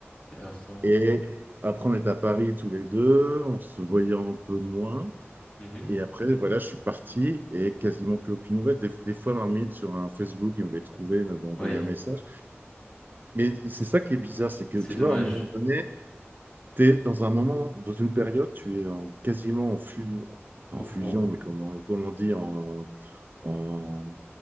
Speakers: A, on the left; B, on the right.
A: Intéressant.
B: Et après, on était à Paris tous les deux. On se voyait un peu moins.
A: Mhm.
B: Et après, voilà, je suis parti et quasiment plus aucune nouvelle. Des, des fois, un sur un Facebook, il m'avait trouvé, il m'avait envoyé
A: Oui.
B: un message. Mais c'est ça qui est bizarre, c'est que
A: C'est
B: tu
A: dommage.
B: vois, à un moment donné, tu es dans un moment, dans une période, tu es en- quasiment en fusion, pas en
A: Au
B: fusion,
A: front.
B: mais comment, comment dire, en, en,